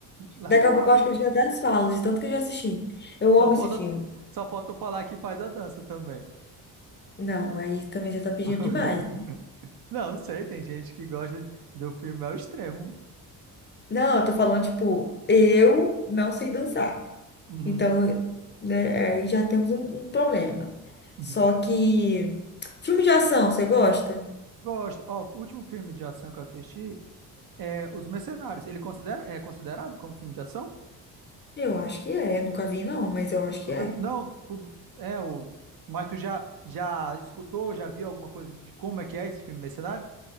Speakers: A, on the right; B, on the left.
A: Legal.
B: Daqui a pouco eu acho que eu já até as falo, de tanto que eu já assisti. Eu
A: Só
B: amo
A: falta,
B: esse filme.
A: só falta eu falar que faz a dança também.
B: Não, aí também já tá pedindo
A: <laughs>
B: demais. né?
A: Não, não sei, tem gente que gosta do filme ao extremo.
B: Não, eu tô falando, tipo, eu não sei dançar.
A: Uhum,
B: Então, né, aí já temos um, um problema.
A: uhum.
B: Só que filme de ação, você gosta?
A: Gosto. Ó, o último filme de ação que eu assisti é Os Mercenários. Ele considera, é considerado como filme de ação?
B: Eu acho que é, nunca vi não, mas eu acho
A: Nunca
B: que
A: viu?
B: é.
A: Não, tu, é o. Mas tu já, já escutou, já viu alguma coisa de como é que é esse filme Mercenário?